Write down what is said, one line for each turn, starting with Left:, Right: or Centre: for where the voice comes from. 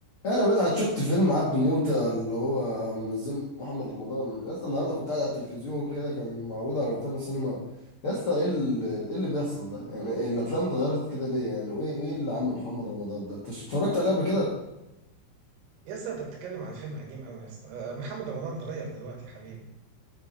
Left: يا ده مدحت شفت فيلم عبد موتة اللي هو منزله محمد رمضان يا اسطى النهارده كنت قاعد على التلفزيون كده كان معروض على روتانا السينما يا اسطى ايه ال- ايه اللي بيحصل ده يعني إيه الافلام اتغيرت كده ليه يعني وايه ايه اللي عامله محمد رمضان ده انت اتفرجت عليه قبل كده
Right: يا اسطى انت بتتكلم عن فيلم قديم قوي يا اسطى آه، محمد رمضان اتغير دلوقتي يا حبيبي